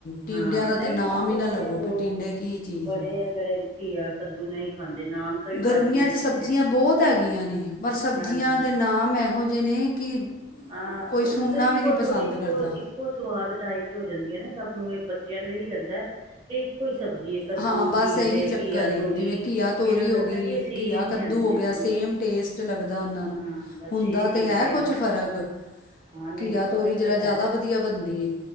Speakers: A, on the left; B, on the right.
A: ਟਿੰਡਿਆਂ
B: ਹਾਂ
A: ਦਾ
B: ਨਹੀਂ
A: ਤੇ ਨਾਮ
B: ਖਾਂਦੇ
A: ਹੀ ਨਾ ਲਵੋ,
B: ਬੜੇ ਲੋਗ
A: ਬਈ ਟਿੰਡੇ ਕੀ ਚੀਜ਼
B: ਬੜੇ
A: ਨੇ
B: ਆ ਜਿਹੜੇ ਘੀਆ ਕੱਦੂ ਨਹੀਂ ਖਾਂਦੇ ਨਾਮ ਤੋਂ ਹੀ ਭੱਜਦੇ
A: ਗਰਮੀਆਂ 'ਚ
B: ਆ ਪਿੱਛੇ
A: ਸਬਜ਼ੀਆਂ ਬਹੁਤ ਹੈਗੀਆਂ ਨੇ ਪਰ ਸਬਜ਼ੀਆਂ
B: ਹਾਂਜੀ
A: ਦੇ ਨਾਮ ਇਹੋ ਜਿਹੇ ਨੇ ਕਿ
B: ਹਾਂ
A: ਕੋਈ
B: ਉਹ
A: ਸੁਣਨਾ
B: ਮਤਲਬ ਇੱਕੋ
A: ਵੀ ਨਹੀਂ ਪਸੰਦ
B: ਥੋੜ੍ਹੀ ਇੱਕੋ-ਇੱਕੋ
A: ਕਰਦਾ
B: ਸਵਾਦ ਟਾਈਪ ਚ ਹੋ ਜਾਂਦੀ ਹੈ ਨਾ ਸਭ ਨੂੰ ਬੱਚਿਆਂ ਨੂੰ ਇਹੀ ਲੱਗਦਾ ਹੈ ਕਿ ਇੱਕੋ ਸਬਜ਼ੀ ਹੈ ਕੱਦੂ
A: ਹਾਂ ਬਸ
B: ਟੀਂਡੇ
A: ਇਹੀ ਚੱਕਰ
B: ਘੀਆ
A: ਏ
B: ਤੋਰੀ
A: ਜਿਵੇਂ ਘੀਆ ਤੋਰੀ
B: ਇਹਨਾਂ ਨੂੰ
A: ਹੋ
B: ਲੱਗਦਾ
A: ਗਈ
B: ਕਿ ਇਹ ਸੇਮ
A: ਘੀਆ
B: ਹੀ
A: ਕੱਦੂ
B: ਹੈਗੀਆਂ
A: ਹੋ ਗਿਆ
B: ਹਾਂ
A: ਸੇਮ ਟੇਸਟ ਲੱਗਦਾ ਉਹਨਾਂ ਨੂੰ,
B: ਹਾਂ ਬਸ
A: ਹੁੰਦਾ
B: ਇਹ ਚੀਜ਼
A: ਤੇ ਹੈ
B: ਇਹਨਾਂ
A: ਕੁਛ
B: ਨੂੰ
A: ਫਰਕ
B: ਹਾਂ ਨਹੀਂ
A: ਘੀਆ
B: ਨਹੀਂ
A: ਤੋਰੀ
B: ਫ਼ਰਕ
A: ਜਰਾ
B: ਤੇ ਹੈ
A: ਜ਼ਿਆਦਾ ਵਧੀਆ ਬਣਦੀ ਏ,